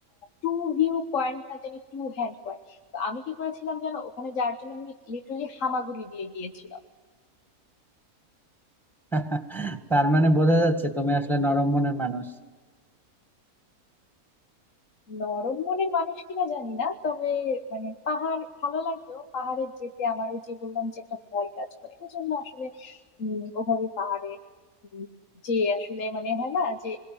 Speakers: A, on the left (about 60°); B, in the centre.
A: টু ভিউ পয়েন্ট না জানি টু হ্যান্ড পয়েন্ট তো আমি কি করেছিলাম জানো ওখানে যাওয়ার জন্য আমি লিটারালি হামাগুড়ি দিয়ে গিয়েছিলাম
B: <laughs> তার মানে বোঝা যাচ্ছে তুমি আসলে নরম মনের মানুষ
A: নরম মনের মানুষ কিনা জানি না তবে মানে পাহাড় ভালো লাগলো পাহাড়ে যেতে আমার ওই যে বললাম যে একটা ভয় কাজ করে এই জন্য আসলে উম, ওভাবে পাহাড়ে উম, যে আসলে মানে হয় না যে